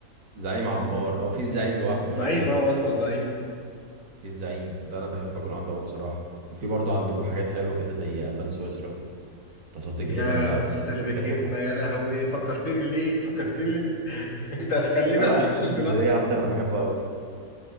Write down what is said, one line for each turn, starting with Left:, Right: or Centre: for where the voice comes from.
Right: زعيم عمار او في الزعيم لوحده
Left: زعيم
Right: حاجه كده
Left: اه هو اسمه الزعيم
Right: في الزعيم ده انا بحب اكل عنده قوي بصراحه وفي برضه عندكم حاجات حلوه كده زي البان سويسرا طاسات الجبن
Left: يا
Right: بقى
Left: القصات اللي
Right: والحاجات
Left: بتجيبنا
Right: والحاجات
Left: يا لهوي
Right: دي.
Left: فكرتني ليه فكرتني ليه؟ <laughs> انت هتخليني
Right: لا لا
Left: اعمل
Right: اكل
Left: حاجة
Right: اسكندريه
Left: دلوقتي
Right: عامه انا بحبه قوي